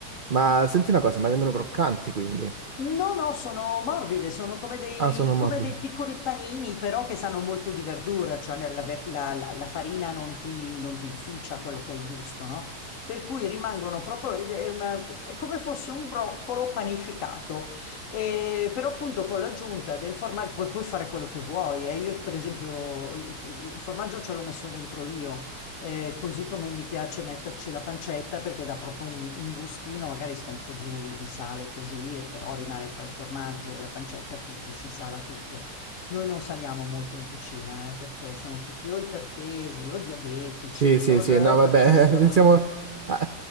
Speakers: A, on the right; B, on the left.
A: Ma senti una cosa, ma vengono croccanti quindi?
B: No, no, sono morbide, sono come dei,
A: Ah, sono
B: come
A: morbidi.
B: dei piccoli panini, però che sanno molto di verdura, cioè nella ver- la, la- la farina non ti, non ti inficia quello che è il gusto, no? Per cui rimangono proprio, ed è, una- è come fosse un broccolo panificato, E però appunto con l'aggiunta del formaggio puoi, puoi fare quello che vuoi, eh. Io per esempio il il formaggio ce l'ho messo dentro io, eh, così come mi piace metterci la pancetta perché dà proprio un, un gustino, magari sta un po' giù di sale così, e però rimane tra il formaggio e la pancetta, ti, ti si sala tutto. Noi non saliamo molto in cucina, eh, perché siamo tutti o ipertesi o diabetici,
A: Sì, sì,
B: o
A: sì,
B: da-
A: no,
B: per
A: vabbè,
B: cui stiamo
A: <laughs>
B: <laughs>
A: siamo... ah,